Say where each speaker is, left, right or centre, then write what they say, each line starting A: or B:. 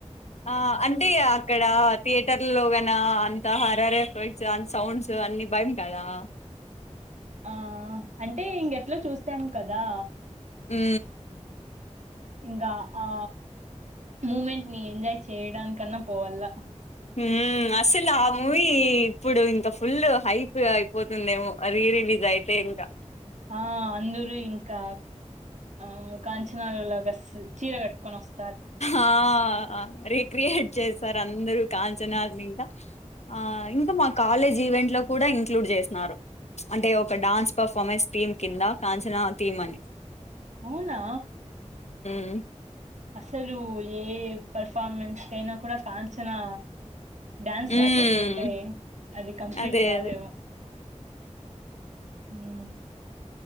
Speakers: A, on the left (about 65°); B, on the right (about 75°).
A: ఆ అంటే అక్కడ థియేటర్లోగన అన్ త హరర్ ఎఫెక్ట్స్ అడ్ సౌండ్స్ అన్ని భయం కదా
B: ఆ అంటే ఇంగెట్లా చూశాం కదా
A: ఉ
B: ఇంగా ఆ మూమెంట్ ని ఎంజాయ్ చేయడానికన్నా పోవాలా
A: ఊ అసలు ఆ మూవీ ఇప్పుడు ఇంత ఫుల్ హైప్ అయిపోతుందేమో. రీ రిలీజ్ అయితే ఇంకా
B: ఆ అందరు ఇంకా ఆ కాంచనాలో లాగా స్ చీర కట్టుకొనో స్
A: ఆ రే క్రియేట్ చేస్సరందరూ కాంచనా లింకా ఆ ఇంకా మా కాలేజ్ ఈవెంట్లో కూడా ఇంక్లూడ్ జేస్నారు అంటే ఒక డాన్స్ పర్ఫార్మెన్స్ థీమ్ కింద కాంచన థీమ్ అని
B: అవునా
A: ఉ
B: అసలు ఏ పెర్ఫార్మెన్స్ కైనా కూడా కాంచనా డ్యాన్స్
A: ఉమ్
B: లేకుకుంటే అది కంప్లీట్
A: అదే
B: కాదేమో.
A: అదే
B: ఉహ్మ్